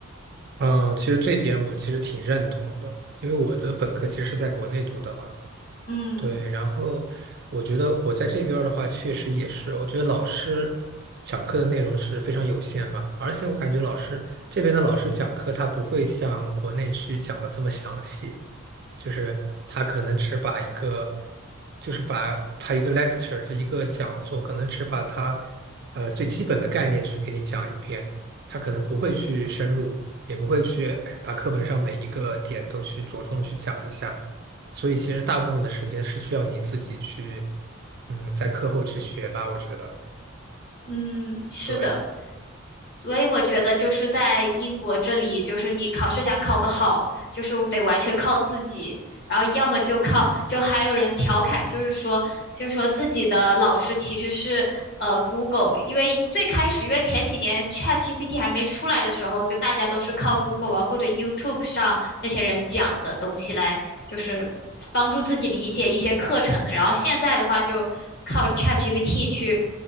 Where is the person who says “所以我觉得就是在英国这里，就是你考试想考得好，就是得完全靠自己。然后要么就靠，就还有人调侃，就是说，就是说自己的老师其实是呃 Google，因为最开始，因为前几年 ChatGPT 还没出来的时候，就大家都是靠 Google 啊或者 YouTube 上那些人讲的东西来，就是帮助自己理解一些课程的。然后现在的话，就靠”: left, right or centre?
Left